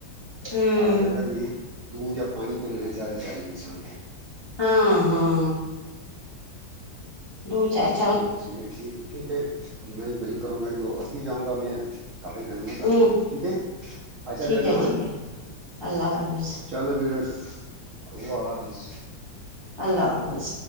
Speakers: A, on the left; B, on the right.
A: ہوں
B: آ زہ تر یہ دودھ یا پانی پینا نہیں زیادہ چاہیے انسان کو
A: ہاں ہاں دو چار
B: تو اس لیےیک ٹھیک ہے میں وہی کروں گا جو آبھی جاؤں گا میں کپڑی پہنا تو
A: ہ
B: ابھی جو ٹھیک ہے اچھا
A: ٹھیک
B: بیٹھو
A: ہے
B: ہ
A: ٹھیک ہے اللہ حافظ
B: چلو ب اللہ حافظ
A: اللہ حافظ